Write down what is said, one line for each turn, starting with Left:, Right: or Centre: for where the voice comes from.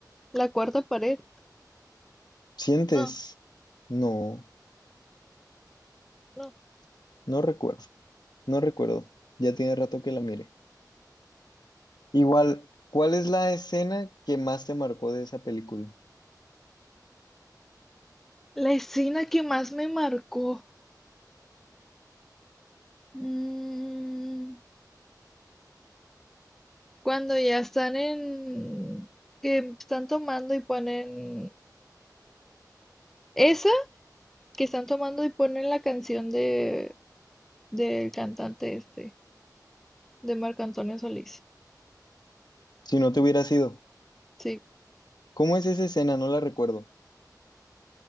Centre: la cuarta pared.
Left: ¿Sientes?
Centre: No,
Left: No,
Centre: no.
Left: no recuerdo, no recuerdo. Ya tiene rato que la miré. Igual, ¿cuál es la escena que más te marcó de esa película?
Centre: La escena que más me marcó. mm, cuando ya están en... que están tomando y ponen... Esa que están tomando y ponen la canción de del cantante este, de Marco Antonio Solís.
Left: Si no te hubiera sido,
Centre: Sí.
Left: ¿cómo es esa escena? No la recuerdo.